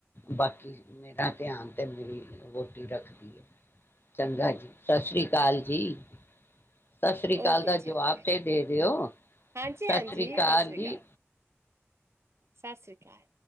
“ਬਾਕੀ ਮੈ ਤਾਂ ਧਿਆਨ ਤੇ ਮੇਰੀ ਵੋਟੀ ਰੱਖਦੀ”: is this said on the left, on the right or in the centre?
Left